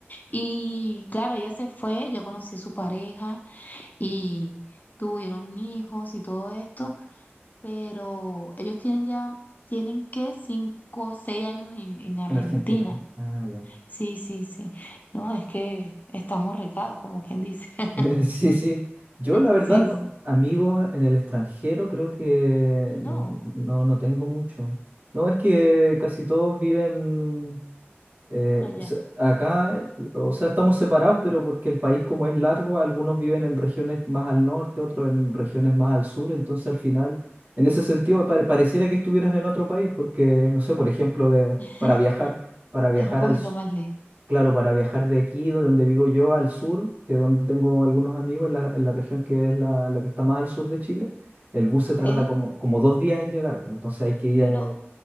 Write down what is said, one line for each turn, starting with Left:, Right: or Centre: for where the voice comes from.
Left: Y claro, ella se fue, yo conocí a su pareja y tuvieron hijos y todo esto, pero ellos tienen ya, tienen que cinco, o seis años en, en Argentina.
Right: En Argentina. Ah, ya.
Left: Sí, sí, sí. No, es que estamos recados, como quien dice. <laughs>
Right: <laughs> Sí, sí. Yo la verdad,
Left: Sí,
Right: no,
Left: sí.
Right: amigos en el extranjero creo que
Left: No,
Right: no, no, no tengo mucho. No, es que casi todos viven Eh,
Left: allá.
Right: se- acá, eh, o sea, estamos separados, pero porque el país como es largo, algunos viven en regiones más al norte, otros en regiones más al sur, entonces al final, en ese sentido, pare- pareciera que estuvieras en otro país, porque, no sé, por ejemplo, de,
Left: <laughs>
Right: para viajar, para viajar
Left: Es un poquito
Right: al, su-
Left: más lejos,
Right: claro, para viajar de aquí, de donde vivo yo, al sur, que es donde tengo algunos amigos, en la, en la región que es la, la que está más al sur de Chile, el bus se
Left: ¿ok?
Right: tarda como, como dos días en llegar, pues, entonces hay que ir, eh,
Left: Bueno,